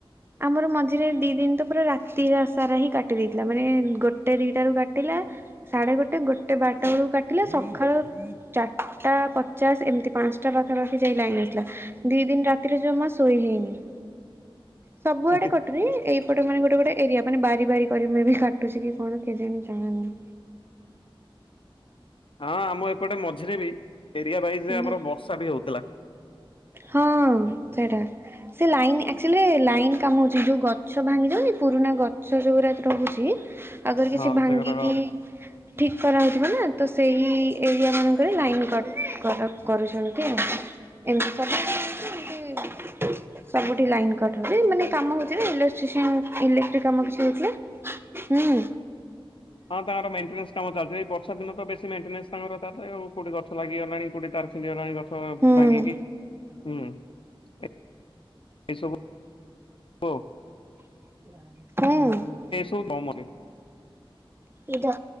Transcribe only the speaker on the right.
ଆମର ମଝିରେ ଦିଦିନ୍‌ ତ ପୁରା ରାତି ସାରା ହିଁ କାଟି ଦେଇଥିଲା, ମାନେ ଗୋଟେ ଦିଟା ରୁ କାଟିଲା। ସାଢ଼େ ଗୋଟେ ଗୋଟେ ବାର୍ଟା ଳକୁ କାଟିଲା। ସ ଚାର୍ଟା ପଚାଶ୍ ଏମ୍ତି ପାନ୍‌ଷ୍ଟା ପାଖାପାଖି ଯାଇ ଲାଇନ୍‌ ଆସ୍‌ଲା। ଦି ଦିନ୍‌ ରାତିରେ ଜମା ଶୋଇ ହେଇନି। ସବୁ ଆଡ଼େ
କ ଏଇପଟେ ମାନେ ଗୋଟେ ଗୋଟେ ଏରିଆ। ମାନେ ବାରି ବାରି କରି ମେ ବି କାଟୁଚି କି କଣ, କେଜାଣି ଜଣା ନାହିଁ।
ହେଲା।
<inaudible> ସେ ଲାଇନ୍ ଆ---ଲି ରେ ଲାଇନ୍‌ କାମ ହଉଚି, ଯଉ ଗଛ ଭାଙ୍ଗି ଯାଉନି, ପୁରୁଣା ଗଛ ଯଉରା ରହୁଚି।
<inaudible>
ଠିକ୍ କରା ହଉଥିବ ନା, ତ ସେଇ ଏରିଆ ମାନଙ୍କରେ ଲାଇନ୍ କଟ୍ କରୁଚନ୍ତି ଆଉ। <unintelligible> ସବୁଠି ଲାଇନ କଟ ହଉ ମାନେ କାମ ହଉଚିନା ଇଲେଟାମ କିଛିହଉଥିଲା। ହୁଁ
ହୁଁ
ହୁଁ
ଏଜା